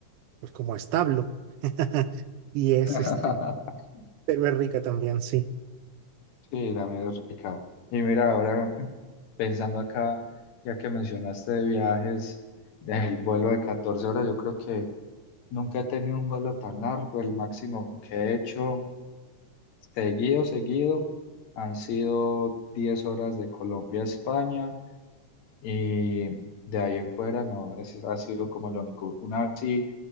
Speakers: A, on the right; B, on the left.
A: pues como establo. <laughs> Y es
B: <laughs>
A: este, pero es rica también, sí.
B: Sí, también es rica. Y mira, ahora pensando acá, ya que mencionaste de viajes, el vuelo de 14 horas, yo creo que nunca he tenido un vuelo tan largo. El máximo que he hecho seguido, seguido, han sido 10 horas de Colombia a España Y de ahí en fuera, no, ese ha sido como lo único. Una vez sí